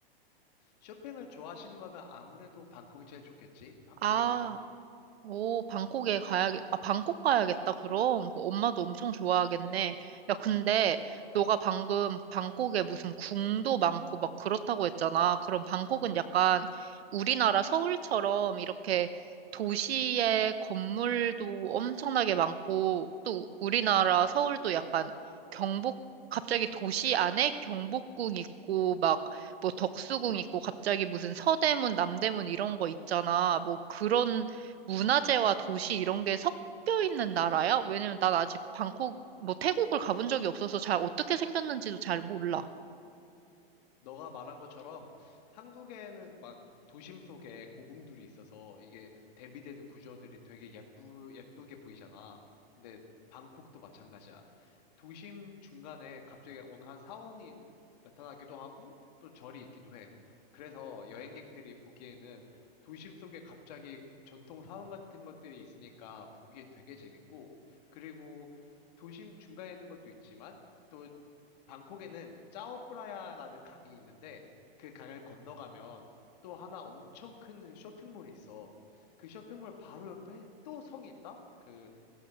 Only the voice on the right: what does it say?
아, 오, 방콕에 가야겠, 아, 방콕 가야겠다, 그럼. 그 엄마도 엄청 좋아하겠네. 야, 근데 너가 방금 방콕에 무슨 궁도 많고 막 그렇다고 했잖아. 그럼 방콕은 약간 우리나라 서울처럼 이렇게 도시의 건물도 엄청나게 많고 또 우리나라 서울도 약간 경복, 갑자기 도시 안에 경복궁 있고 막 뭐 덕수궁 있고 갑자기 무슨 서대문, 남대문 이런 거 있잖아. 뭐 그런 문화재와 도시 이런 게 섞여 있는 나라야? 왜냐면 난 아직 방콕, 뭐 태국을 가본 적이 없어서 잘 어떻게 생겼는지도 잘 몰라.